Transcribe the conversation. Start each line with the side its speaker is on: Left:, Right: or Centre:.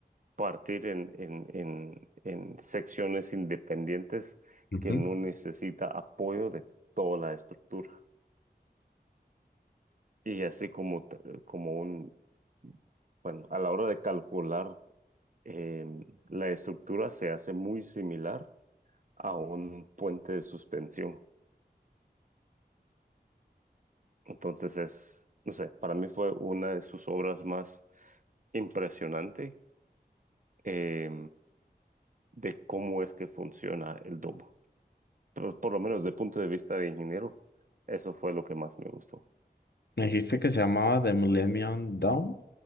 Right: partir en, en, en, en secciones independientes
Left: Ujú.
Right: que no necesita apoyo de toda la estructura. Y así como, t- como un, bueno, a la hora de calcular, em, la estructura se hace muy similar a un puente de suspensión. Entonces es, no sé, para mí fue una de sus obras más impresionante eh, de cómo es que funciona el domo. Pero por lo menos de punto de vista de ingeniero, eso fue lo que más me gustó,
Left: Me dijiste que se llamaba The Millennium Dome.